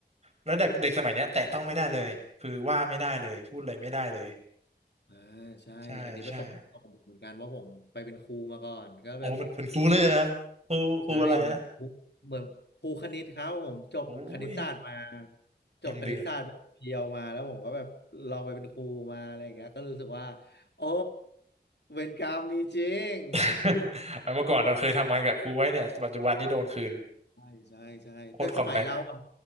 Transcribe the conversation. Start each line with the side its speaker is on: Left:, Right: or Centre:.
Right: แล้วเด็กเด็กสมัยเนี้ยแตะต้องไม่ได้เลยคือว่าไม่ได้เลยพูดอะไรไม่ได้เลย
Left: อ่าใช่อันนี้ประสบการณ์ตรงผมเหมือนกันว่าผมไปเป็นครูมาก่อนก็แบบ
Right: ใช่ใช่โอ้เป็นเป็นครูเลยเหรอครูครูอะไรฮะ
Left: ใช่เหมือนครูเหมือนครูคณิตครับผมจบคณิตศาสตร์มา
Right: โอ้ย
Left: จบคณิตศาสตร์แบบเพียวมาแล้วผมก็แบบลองไปเป็นครูมาอะไรอย่างเงี้ยก็รู้สึกว่า
Right: ยังเดือด
Left: โอ้เวรกรรมมีจริง
Right: <laughs> เอาเมื่อก่อนเราเคยทำงานกับครูไว้เนี่ยปัจจุบันนี้โดนคืน
Left: ใช่ใช่ใช่แต่สมัยเราอะ
Right: โคตรคอมแบ็ค